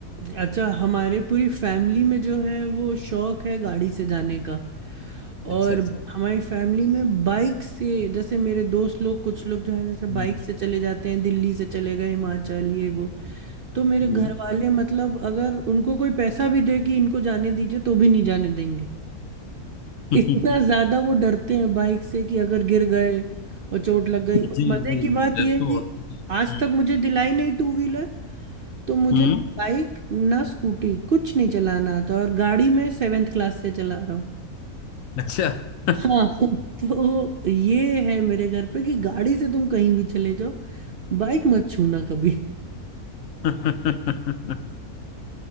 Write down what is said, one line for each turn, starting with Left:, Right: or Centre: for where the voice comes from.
Right: अच्छा हमारे पूरी फैमिली में जो है वो शौक है गाड़ी से जाने का और
Left: अच्छा अच्छा
Right: हमारी फैमिली में बाइक से जैसे मेरे दोस्त लोग कुछ लोग जो हैं जैसे
Left: हम्म,
Right: बाइक से चले जाते हैं दिल्ली से चले गए हिमाचल ये वो तो मेरे
Left: हम्म।
Right: घर वाले मतलब अगर उनको कोई पैसा भी दे कि इनको जाने दीजिए तो भी नहीं जाने देंगे
Left: <laughs>
Right: इतना ज्यादा वो डरते हैं बाइक से कि अगर गिर गए और चोट लग गई
Left: हम्म।
Right: और
Left: जी
Right: मजे
Left: जी
Right: की
Left: जी,
Right: बात
Left: डर
Right: यह है
Left: तो
Right: कि
Left: होता है। हम्म।
Right: आज तक मुझे दिलाई नहीं टू व्हीलर तो मुझे
Left: हम्म
Right: ना बाइक ना स्कूटी कुछ नहीं चलाना आता और गाड़ी मैं सेवेंथ क्लास से चला रहा हूँ
Left: अच्छा <laughs>
Right: हाँ <laughs> तो ये है मेरे घर पे कि गाड़ी से तुम कहीं भी चले जाओ बाइक मत छूना कभी
Left: अच्छा